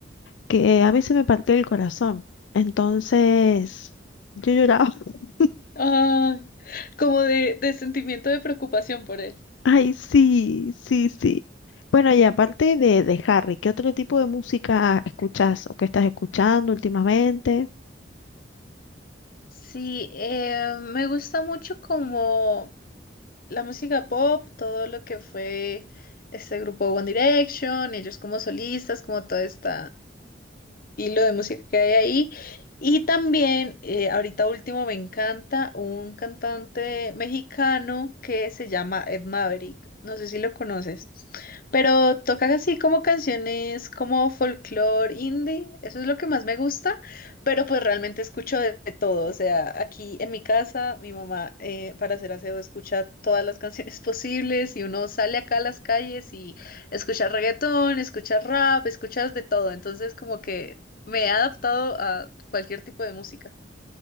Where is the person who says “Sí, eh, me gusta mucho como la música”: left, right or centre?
Left